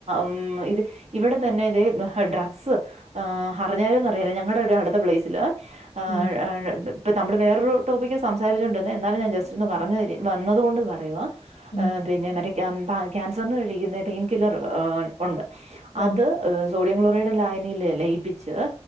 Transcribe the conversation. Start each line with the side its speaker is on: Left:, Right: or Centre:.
Right: മ്മ് ഇവിടെ തന്നെ തെ ഡ്രക്ക്‌സ് <unintelligible> <unintelligible> അടുത്ത പ്ലേസില് <inaudible>
Left: ഉം.
Right: നമ്മള് വേറൊരു ടോപ്പിക്ക സംസാരിച്ചോടിരുന്നെ എന്നാലും ഞാൻ ജസ്റ്റ്ന്ന് പറഞ്ഞതിൽ വന്നതോണ്ട് കൊണ്ട് പറയുവാ <inaudible>
Left: ഉം.
Right: ക്യാൻസറിന് കഴിക്കുന്ന പെയിൻ കില്ലർ അ ഉണ്ട് അത്
Left: ആഹ്.
Right: സോഡിയം ക്ലോ വയുടെ ലായനിൽ ലയിപ്പിച്ച്